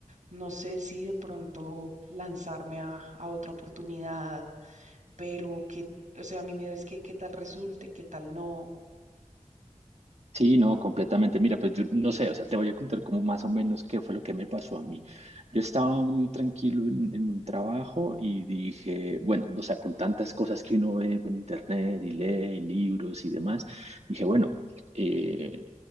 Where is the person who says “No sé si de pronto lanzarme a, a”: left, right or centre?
Right